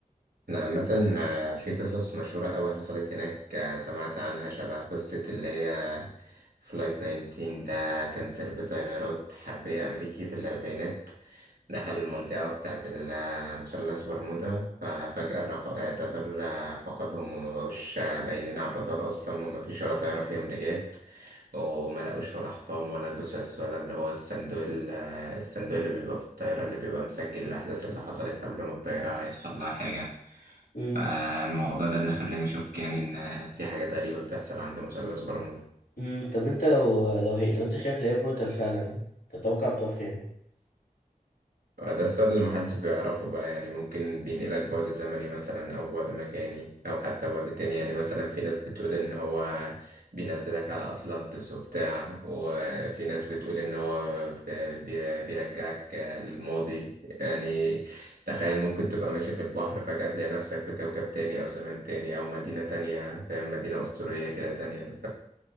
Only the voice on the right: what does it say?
أنا عامة آه، في قصص مشهورة أوي حصلت هناك آه، سمعت عنها شبه قصة اللي هي فلايت 19 ده كان سرب طيارات حربية أمريكي في الأربعينات دخلوا المنطقة بتاعة ال- آه، مثلث برمودا ففجأة الرق- آه، الرادار آه، فقدهم وما بقوش آه، باينين على الرادار أصلا ومفيش ولا طيارة فيهم رجعت وما لقوش ولا حطام ولا جثث ولا اللي هو الصندوق ال- آه، الصندوق اللي بيبقى في الطيارة اللي بيبقى مسجل الأحداث اللي حصلت قبل ما الطيارة يحصل لها حاجة
فالموضوع ده اللي خلاني أشك يعني إن في حاجات غريبة بتحصل عند مثلث برمودا
وده السؤال اللي محدش بيعرفه بقى يعني ممكن بينقلك بعد زمني مثلا أو بعد مكاني أو حتى بعد تاني يعني مثلا في ناس بتقول إن هو بينزلك على أطلانتس وبتاع وفي ناس بتقول إن هو في- بي- بيرجعك للماضي يعني تخيل ممكن تبقى ماشي في البحر فجأة تلاقي نفسك في كوكب تاني أو زمان تاني أو مدينة تانية فاهم مدينة أسطورية كده تانية